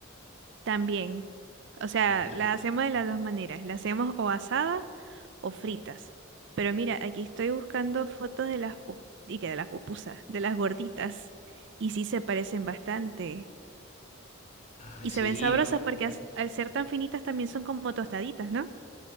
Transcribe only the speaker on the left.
Ay, qué rico.
Ay,
sí,
¿no?